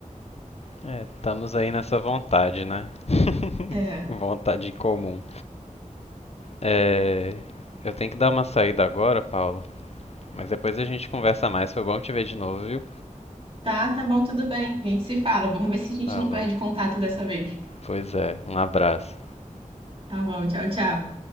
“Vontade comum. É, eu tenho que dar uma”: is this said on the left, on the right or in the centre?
Left